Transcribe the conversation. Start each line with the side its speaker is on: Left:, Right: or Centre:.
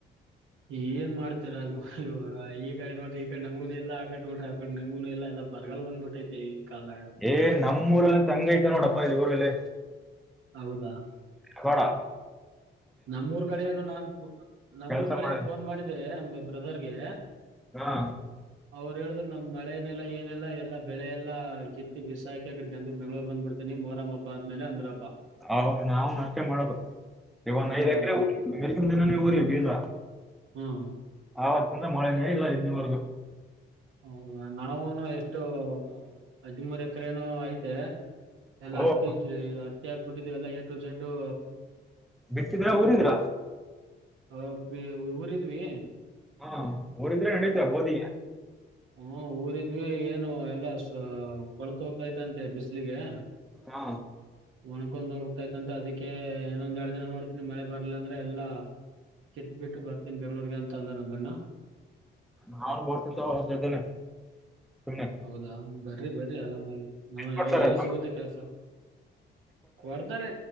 Right: ಏನ್ ಮಾಡ್ತರ ಇವ ಈ ಕಡೆ ನೋಡ್ರಿ ಈ ಕಡೆ ನಮಗೂನು ಇಲ್ಲ ಆಕಡೆ ನೋಡ್ರಿ ಆಕಡ್ ನಿಮ್ಗೂನು ಇಲ್ಲ ಎಲ್ಲಾ ಬರಗಲ್ ಬಂದ್ಬಿಟ್ಟೈತೆ ಈ. ಕಾಲದಾಗ
Centre: ಏ ನಮ್ಮಊರಲ್ಲ ತಂಗೈತ ನೋಡು. <unintelligible> ಊರಲ್ಲಿ
Right: ಹೌದಾ
Centre: ಬ್ಯಾಡ
Right: ನಮ್ಮೂರ್ ಕಡೆನು ನಾನ್ ಫೋ ನಮ್ಮೂರ್
Centre: ಕೆಲಸ
Right: ಕಡೆನು
Centre: ಮಾಡಿಲ್ಲ
Right: ಫೋನ್ ಮಾಡಿದೆೆ ನಮ್. ಬ್ರದರ್ ಗೇ.
Centre: ಹಾ
Right: ಅವ್ರು ಹೇಳಿದ್ರು ನಮ್ ಮಳೆನೆೆಲ್ಲ ಏನೆಲ್ಲ ಎಲ್ಲ ಬೆಳೆಲ್ಲ ಕಿತ್ತಿ ಬಿಸಾಕಿ ಅಕಡಿ ಬಂದ ಬೆಂಗ್ಳೂ ಬೆಂಗಳೂರು ಬಂದ ಬಿಡ್ತೀನಿ ಮೋರಮ್ ಆದ್ಮೇಲೆ ಅಂದ್ರಪ್ಪ.
Centre: ಹ ನಾವು ಅಷ್ಟೆನೆ ಮಾಡೊದು. ಇ ಒಂದು
Right: ಹ್ಮ್
Centre: ಐದ್ ಎಕ್ರೆ <unintelligible> ಸುಮ್ಮನೆ ಊರಿವಿ ಬೀಜ.
Right: ಹ್ಮ್
Centre: ಆವತ್ತಿಂದ ಮಳೆನೇ ಇಲ್ಲ <inaudible>
Right: ಹೌದಾ ನಾವುನು ಎಷ್ಟು ಹದಿಮೂರ್ ಎಕ್ರೆ ಏನೋ ಐತೆ. ಎಲ್ಲ
Centre: ಓ
Right: ಅಟ್ಟವಿಜಿ <unintelligible> ಬುಟ್ಬುಟಿವ್ ಎಲ್ಲ ಎಟು ಜಡ್ಡು.
Centre: ಬಿತ್ತಿದ್ರ ಊರಿದ್ರ.
Right: ಹ ಬೀ ಊರಿದ್ವಿ.
Centre: ಹಾ ಉರಿದು <unintelligible>
Right: ಹ್ಮ ಊರಿದ್ವಿ ಏನು ಎಲ್ಲಾಸ್ ಕೊಳ್ಳುತೋತೈತೆ ಅಂತೆ ಬಿಸ್ಲಿಗೆ.
Centre: ಹಾ
Right: ಒಣಕೊಂಡ್ ಹೋಗ್ತೈತ್ಂತ ಅದಕ್ಕೆ ಇನ್ನೊಂದ್ ಎಡ್ ದಿನ ನೋಡ್ತೀನಿ ಮಳೆ ಬರ್ಲಿಲ್ಲ ಅಂದ್ರೆ ಎಲ್ಲಾ ಕಿತ್ ಬಿಟ್ಟು ಬರ್ತನಿ ಬೆಂಗ್ಳೂರ್ಗೆ ಅಂತ ಅಂದ ನಮ್ಮಣ್ಣ.
Centre: ನಾವು ಬರ್ತಿ ತಗೋ ಅವನ ಜೊತೆನೆ. ಸುಮ್ನೆ
Right: ಹೌದಾ ಬರ್ರಿ ಬರ್ರಿ ಆರಾಮಾಗಿ ನ
Centre: ಕೊಡ್ತಾರೆ
Right: ಯಾವ್ದನ ಸಿಗುತ್ತೆ ಕೆಲ್ಸ ಕೊಡ್ತಾರೆ.